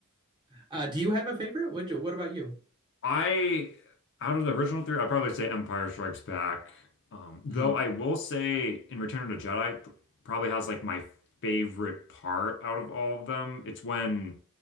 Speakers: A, on the right; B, on the left.
A: Uh, do you have a favorite? What what about you?
B: I out of the original three, I'd probably say Empire Strikes Back. Um, though
A: Hmm.
B: I will say in Return of the Jedi p- probably has like my favorite part out of all of them. It's when